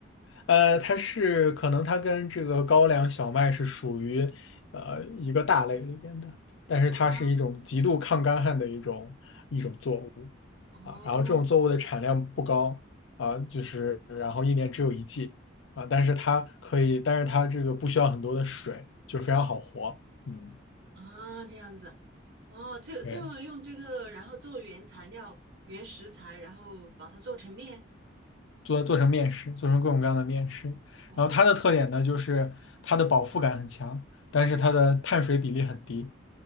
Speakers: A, on the left (about 70°); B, on the right (about 55°).
A: 呃，它是可能它跟这个高粱小麦是属于呃一个大类里边的，但是它是一种极度抗干旱的一种一种作物
B: 啊，哦
A: 啊。然后这种作物的产量不高啊，就是然后一年只有一季啊，但是它可以，但是它这个不需要很多的水，就是非常好活。嗯，
B: 啊，这样子，哦，就就用这个，
A: 对，
B: 然后做原材料、原食材，然后把它做成面。
A: 做做成面食，做成各种各样的面食。
B: 哇哦！
A: 然后它的特点呢，就是它的饱腹感很强，但是它的碳水比例很低。